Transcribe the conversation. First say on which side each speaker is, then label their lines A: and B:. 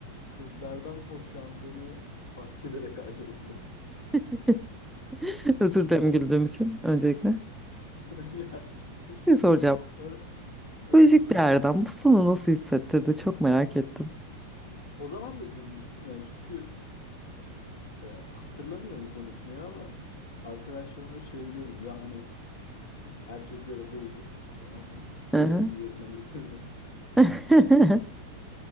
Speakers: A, on the left; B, in the centre.
A: kızlardan hoşlandığını fark ederek ayrıldı.
B: <laughs> Özür dilerim güldüğüm için öncelikle.
A: <laughs> Ya, hiçbir
B: Ne
A: sorun
B: soracağım?
A: yok. Sonra
B: Psikolojik
A: evet.
B: bir yerden. Bu sana nasıl hissettirdi? Çok merak ettim.
A: O zaman da gülmüştüm yani çünkü e, hatırlamıyorum konuşmayı ama arkadaşlarıma şey diyordum ya hani Erkeklere doydu. Tamam mı? Görevimi
B: Hı hı.
A: yerine getirdim.
B: <laughs>